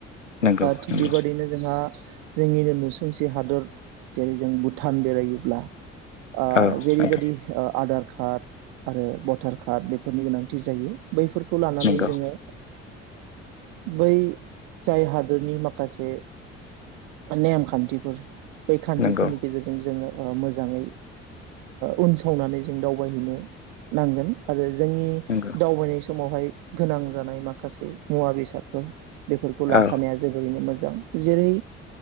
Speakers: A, on the left; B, on the right.
A: नंगौ
B: थिग
A: नंगौ
B: बेबादिनो जोंहा जोंनिनो नुसुंसे हादर जेरै जों भुटान बेरायोब्ला ओ
A: औ नोंथां
B: जेरैबायाददि आधार कार्ड आरो भटार कार्ड बेफोरनि गोनांथि जायो बैफोरखौ लानानै
A: नंगौ
B: जोङो बै जाय हादरनि माखासे नेम खान्थिफोर बै खान्थिफोरनि
A: नंगौ
B: गेजेरजों जोङो ओ मोजाङै ओक्षउन सावनानै जों दावबायहैनो नांगोन आरो जोंनि
A: नंगौ
B: दावबायनाय समावहाय गोनां जानाय माखासे मुवा बेसादफोर बेफोरखौ
A: औ
B: लाखानाया जोबोरैनो मोजां जेरै